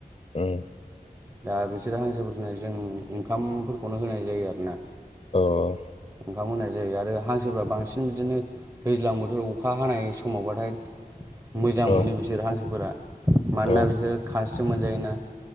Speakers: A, on the left; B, on the right.
A: उम
B: दा बिसोरो हांसोफोरफोरखौनो जों ओंखामफोरखौनो होनाय जायो आरोना
A: औ
B: ओंखाम होनाय जायो आरो हांसोफ्रा बांसिन बिदिनो दैज्लां बोथोराव अखा हानाय समावबाथाय मोजां
A: औ
B: मोनो बिसोर हांसोफोरा मानोना
A: औ
B: बिसोरो खानस्रि मोनजायोना